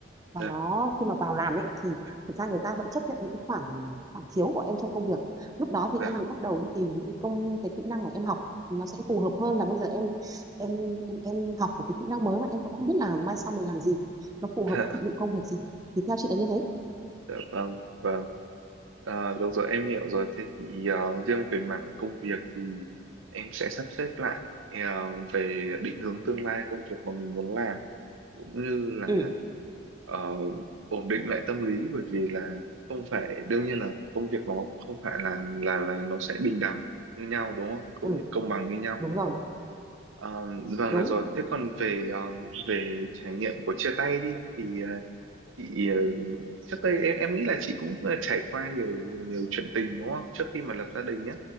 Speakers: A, on the right; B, on the right.
A: và
B: dạ,
A: nó khi mà vào làm ấy thì thật ra người ta vẫn chấp nhận những cái khoảng khoảng thiếu của em trong công việc lúc đó thì
B: dạ,
A: em mới bắt đầu đi tìm những cái công cái kỹ năng mà em học thì nó sẽ phù hợp hơn là bây giờ em em em em học một cái kỹ năng mới mà em cũng không biết là mai sau mình làm gì nó phù
B: dạ,
A: hợp với phục vụ công việc gì thì theo chị là như thế
B: dạ, vâng, vâng. Ờ, được rồi em hiểu rồi thế thì ờ, riêng về mảng công việc thì em sẽ sắp xếp lại ờ, về định hướng tương lai công việc mà mình muốn làm cũng như là
A: ừ
B: ờ, ổn định lại tâm lý bởi vì là không phải đương nhiên là công việc nó không phải là là là nó sẽ bình đẳng như nhau đúng không không
A: ừ
B: như- công bằng như nhau
A: đúng rồi
B: Ờ, vâng
A: đúng
B: được rồi thế còn về ờ, về trải nghiệm của chia tay đi thì ờ, chị ờ, trước đây em em nghĩ là chị cũng ờ, trải qua nhiều nhiều chuyện tình đúng không trước khi mà lập gia đình nhé